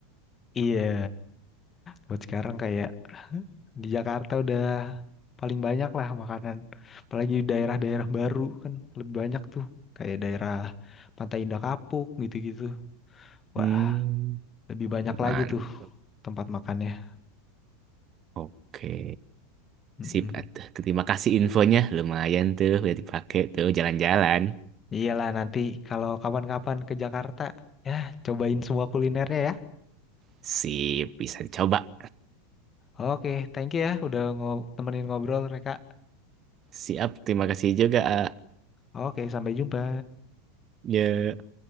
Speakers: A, on the left; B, on the right.
A: Iya, buat sekarang kayak di Jakarta udah paling banyak lah makanan. Apalagi di daerah-daerah baru kan lebih banyak tuh. Kayak daerah Pantai Indah Kapuk gitu-gitu. Wah,
B: hmm
A: lebih banyak
B: mantap
A: lagi tuh tempat makannya.
B: oke
A: Mm-mm.
B: sip atuh. terima kasih infonya lumayan tuh udah dipakai tuh jalan-jalan
A: Iyalah nanti kalau kapan-kapan ke Jakarta, ya cobain semua kulinernya ya.
B: sip bisa dicoba
A: Oke, thank you ya udah ngo- temenin ngobrol mereka.
B: siap terima kasih juga A.
A: Oke, sampai jumpa.
B: Ya